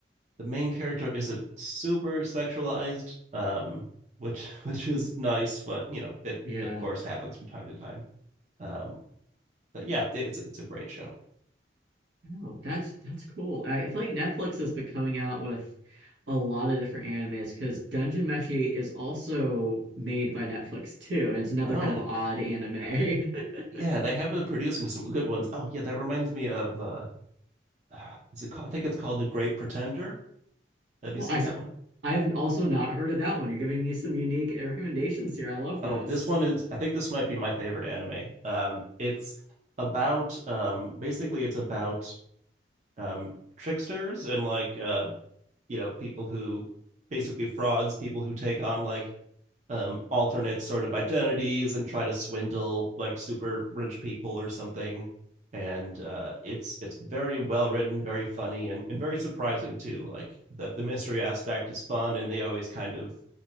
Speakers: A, on the right; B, on the right.
A: the main character isn't super sexualized, um, which <laughs> which is nice, but you know it
B: Yeah.
A: of course happens from time to time. Um, but yeah, it's it's a great show.
B: Oh, that's that's cool. I, I feel like Netflix has been coming out with a lot of different animes because Dungeon Meshi is also made by Netflix too, and it's another
A: Oh
B: kind of odd anime. <laughs>
A: yeah, they have been producing some good ones. Oh yeah, that reminds me of uh, <sighs> is it called, I think it's called The Great Pretender. Have you
B: Well,
A: seen
B: I s-
A: that one?
B: I've also not heard of that one. You're giving me some unique recommendations here. I love this.
A: Oh, this one is, I think this might be my favorite anime. Um, it's about um basically it's about um tricksters and like uh you know people who basically frauds, people who take on like um alternate sort of identities and try to swindle like super rich people or something. And uh it's it's very well written, very funny and and very surprising too. Like the the mystery aspect is fun and they always kind of